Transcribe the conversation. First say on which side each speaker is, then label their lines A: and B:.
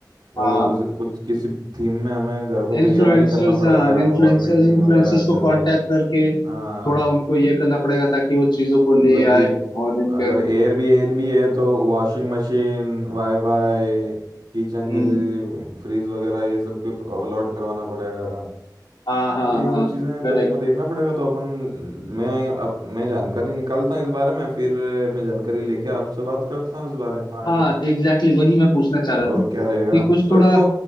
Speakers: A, on the left; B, on the right.
A: हाँ
B: और उस कुछ किसी थीम में हमें घर को
A: इन्फ्लुएंसर्स
B: तैयार भी करना पड़ेगा
A: हाँ इन्फ्लुएंसर्स
B: वॉल पेंटिंग
A: इन्फ्लुएंसर्स
B: वगैरह अच्छे
A: को कांटेक्ट
B: से
A: करके
B: हाँ
A: थोड़ा उनको ये करना पड़ेगा ताकि वो चीजों को ले
B: मतलब कि
A: आए और इनके
B: अगर एयरबीएनबी है तो वॉशिंग मशीन वाईफाई किचन
A: हम्म
B: जैसी फ्रीज वगैरह ये सब भी अलॉट करवाना पड़ेगा
A: हाँ हाँ
B: तो ये
A: हाँ
B: सब चीज़ें हैं
A: करेक्ट
B: तो इसमें देखना पड़ेगा तो अपन मैं अप, मैं जानकारी निकालता हूँ इस बारे में फिर मैं जानकारी लेके आपसे बात करता हूँ इस बारे में आगे
A: हाँ एग्जैक्टली exactly, वही मैं पूछना चाह रहा
B: और
A: था
B: क्या रहेगा
A: कि कुछ
B: तो
A: थोड़ा
B: इसको